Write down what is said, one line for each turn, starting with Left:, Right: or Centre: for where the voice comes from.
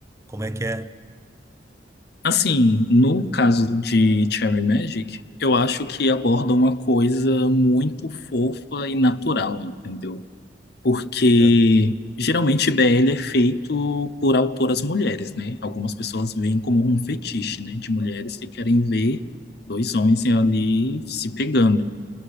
Right: como é que é.
Left: assim, no caso de Cherry Magic, eu acho que aborda uma coisa muito fofa e natural, entendeu? porque
Right: É,
Left: geralmente BL é feito por autoras mulheres, né? Algumas pessoas veem como um fetiche, né? De mulheres que querem ver dois homens ali se pegando.